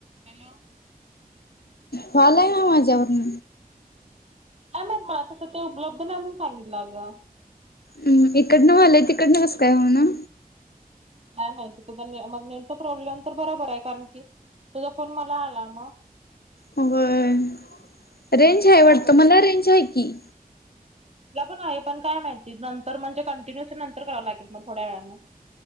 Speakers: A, on the right; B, on the left.
A: Hello
B: fall आहे ना माझ्यावरून
A: काय माहित नाही मग मला तसं ते उपलब्ध नाही म्हणून सांगितलं अग
B: हम्म इकडनंवलंय तिकड न बस काय म्ह ना..
A: काय माहिती तुझ मग नेट तर प्रॉब्लेम तर बरोबर आहे कारण की - तुझा फोन मला आला म?
B: व्हय
A: हम्म
B: रेंजय, वाटत
A: काय माहित.
B: मला रेंज हाय की....
A: तुला पण आहे, पण काय माहिती, नंतर म्हणजे कंटिन्यूस नंतर करावं लागेल मग थोड्या वेळां....